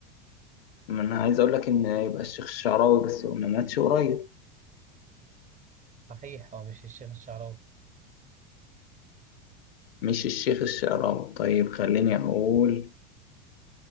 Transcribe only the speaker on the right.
صحيح هو مش الشيخ الشعراوي